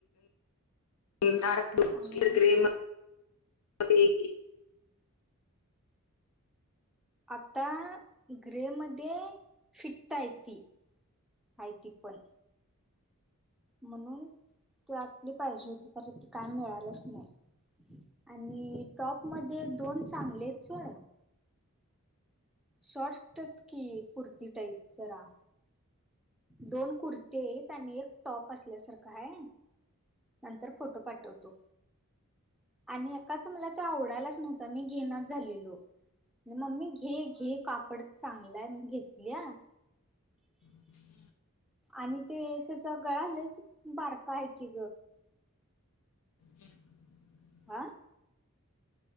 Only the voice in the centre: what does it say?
आणि
आता ग्रे मध्ये फिट्ट आहे. तती आयती. इ पण म्हणून ते आतली पाहिजे. होती पर ते काय मिळालंच. नाही. आणि टॉप मध्ये दोन चांगले. सोड शॉर्टस की कुर्ती. टाईप जरा दोन कुर्ती आहेत. आणि एक टॉप. असल्यासारखा ह नंतर फोटो पाठवतो. आणि एकाच मला ते आवडायलाच. नव्हत. मी घे झालो. मममी घे. घे कापड चांगलाय. मी घेतली.
आणि ते त्याचा. गळा बारका आहे. की
आह